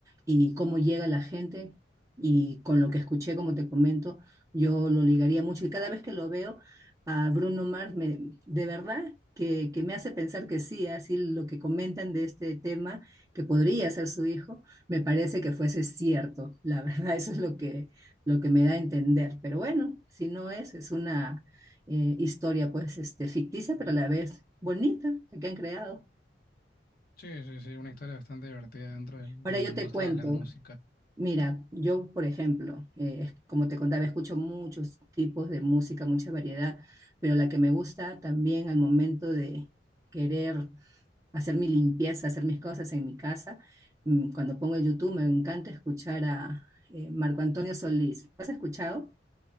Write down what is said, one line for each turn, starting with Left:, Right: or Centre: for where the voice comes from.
Right: y cómo llega la gente. Y con lo que escuché, como te comento, yo lo ligaría mucho. Y cada vez que lo veo a Bruno Mars, me- de verdad que, que me hace pensar que sí, así lo que comentan de este tema, que podría ser su hijo, me parece que fuese cierto. La verdad, <laughs> eso es lo que, lo que me da a entender. Pero bueno, si no es, es una eh, historia pues este, ficticia, pero a la vez bonita, la que han creado.
Left: Sí, sí, sí, una historia bastante divertida dentro del-
Right: Ahora
Left: de la
Right: yo
Left: industria
Right: te cuento,
Left: de la música.
Right: Mira, yo, por ejemplo, eh, es- como te contaba, escucho muchos tipos de música, mucha variedad, pero la que me gusta también al momento de querer hacer mi limpieza, hacer mis cosas en mi casa, mm, cuando pongo el YouTube, me encanta escuchar a eh, Marco Antonio Solís. ¿Has escuchado?